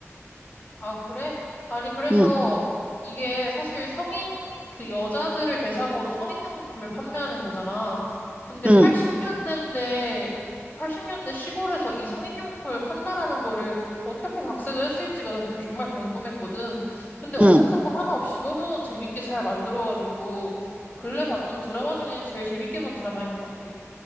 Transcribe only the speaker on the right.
응,
응,
응.